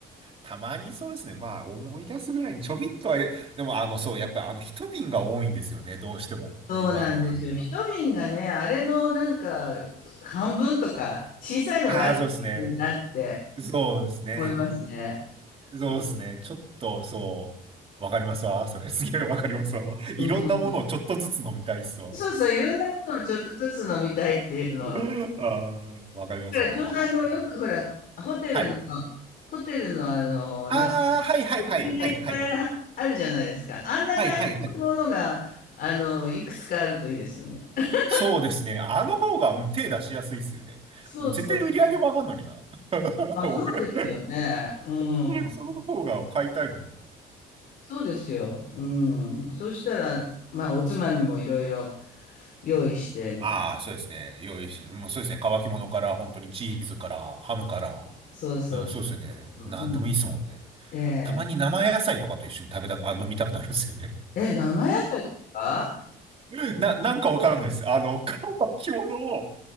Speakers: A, on the right (about 35°); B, on the left (about 60°).
A: たまにそうですね。まあ思い出すぐらいにちょびっとは、でもあのそう、やっぱりあの一瓶が多いんですよね。どうしても。
B: そうなんですよ。
A: 今となっては。
B: 一瓶がね、あれのなんか、半分とか、小さいのがあるなって
A: ああ、そうですね。そうですね。
B: 思いますね。
A: そうですね。
B: うん。
A: ちょっとそう、わかりますわ。それすげえわかりますわ。
B: うん
A: いろんなものをちょっとずつ飲みたいっすわ。
B: そうそう、いろんなものをちょっとずつ飲みたいっていうのを
A: <laughs> ああ、わかりますわ。
B: だからちょうどあの、
A: ワインも。
B: よくほら、ホテルの、
A: はい。
B: ホテルのあの、
A: ああ、
B: なんか、
A: はいはいはいはいはい。
B: 部品がいっぱいあるじゃないですか。あんな感じのものが、
A: はいはいはい。
B: あの、いくつかあるといいですよね。<laughs>
A: そうですね。あの方が、うん、手出しやすいですよね。
B: そうそうそう。
A: もう絶対売り上げも上がんのにな。<laughs>
B: あ、
A: 俺
B: そうですよね。う
A: その方が買いたいのにな。
B: ん。そうですよ。うん。そうしたら、まあ、おつまみもいろいろ用意して、みたいな。
A: ああ、そうですね。用意して、もうそうですね。乾き物から、本当にチーズから、ハムから。
B: そうそうそうそう。
A: うん、そうですよね。なんでもいいですもんね。
B: うん。ええ。
A: たまに生野菜とかと一緒に食べたく、あ、飲みたくなるんですよね。
B: え、生野菜ですか
A: <laughs> な、なんかわからないです。あの、乾き物を